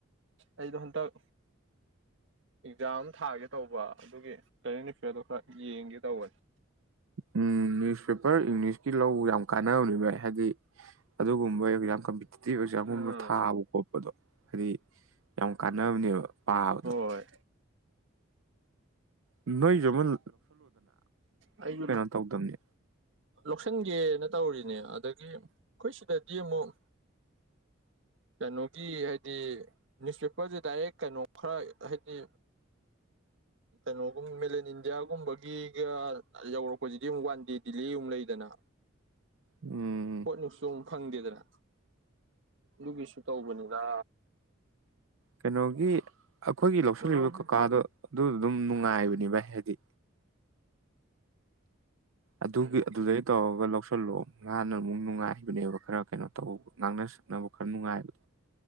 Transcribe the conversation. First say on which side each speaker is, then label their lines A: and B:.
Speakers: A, on the right; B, on the right.
A: ꯑꯩꯗꯣ ꯍꯟꯇꯛ ꯑꯦꯛꯖꯥꯝ ꯊꯥꯒꯦ ꯇꯧꯕ ꯑꯗꯨꯒꯤ ꯀꯔꯦꯟ ꯑꯦꯐꯤꯌꯥꯔꯗꯨ ꯈꯔ ꯌꯦꯡꯒꯦ ꯇꯧꯕꯅꯤ
B: ꯎꯝ ꯅꯤꯌꯨꯁ ꯄꯦꯄꯔ ꯏꯪꯂꯤꯁꯀꯤ ꯂꯧꯕ ꯌꯥꯝ ꯀꯥꯟꯅꯕꯅꯤ ꯕꯥꯏ ꯍꯥꯏꯗꯤ ꯑꯗꯨꯒꯨꯝꯕ ꯑꯦꯛꯖꯥ ꯀꯝꯄꯤ ꯇꯤꯇꯤꯞ ꯑꯦꯚꯖꯥꯝꯒꯨꯝꯕ
A: ꯎꯝ
B: ꯊꯥꯕ ꯈꯣꯠꯄꯗꯣ ꯍꯥꯏꯗꯤ ꯌꯥꯝ ꯀꯥꯟꯅꯕꯅꯦꯕ ꯄꯥꯕꯗꯣ
A: ꯍꯣꯏ
B: ꯅꯣꯏꯖꯨ ꯑꯃꯟ
A: ꯑꯩꯁꯨ ꯂꯧ
B: ꯇꯧꯗꯝꯅꯤ
A: ꯂꯩꯁꯤꯟꯒꯦꯅ ꯇꯧꯔꯤꯅꯦ ꯑꯗ ꯒꯤ ꯑꯈꯣꯏ ꯁꯤꯗꯗꯤ ꯑꯃꯨꯛ ꯀꯩꯅꯣꯒꯤ ꯍꯥꯏꯗꯤ ꯅ꯭ꯌꯨꯁꯄꯦꯄꯔꯁꯦ ꯗꯥꯏꯔꯦꯛ ꯀꯩꯅꯣ ꯈꯔ ꯍꯥꯏꯗꯤ ꯀꯩꯅꯣꯒꯨꯝ ꯃꯦꯂꯟ ꯏꯟꯗꯤꯌꯥꯒꯨꯝꯕꯒꯤꯒ ꯌꯧꯔꯛꯄꯁꯤꯗꯤ ꯑꯃꯨꯛ ꯋꯥꯟ ꯗꯦ ꯗꯤꯂꯦꯥ ꯑꯃꯨꯛ ꯂꯩꯗꯅ
B: ꯎꯝ
A: ꯍꯣꯠ ꯅꯤꯎꯁꯁꯨ ꯑꯃꯨꯛ ꯐꯪꯗꯦꯗꯅ ꯑꯗꯨꯒꯤꯁꯨ ꯇꯧꯕꯅꯤꯗ
B: ꯀꯩꯅꯣꯒꯤ ꯑꯩꯈꯣꯏꯒꯤ ꯂꯧꯁꯤꯜꯂꯤꯕ
A: ꯑꯗꯨ ꯂꯧꯗꯦ
B: ꯀꯀꯥꯗ ꯑꯗꯨ ꯑꯗꯨꯝ ꯅꯨꯡꯉꯥꯏꯕꯅꯤ ꯚꯥꯏ ꯍꯥꯏꯗꯤ ꯑꯗꯨꯒꯤ
A: ꯎꯝ
B: ꯑꯗꯨꯗꯩ ꯇꯧꯔꯒ ꯂꯧ ꯁꯜꯂꫭ ꯃꯥꯥꯅ ꯑꯃꯨꯛ ꯅꯨꯡꯉꯥꯏꯕꯅꯦꯕ ꯈꯔ ꯀꯩꯅꯣ ꯇꯧꯕ ꯉꯥꯡꯅ ꯁꯛꯅꯕ ꯈꯔ ꯅꯨꯡꯉꯥꯏꯕꯗꯣ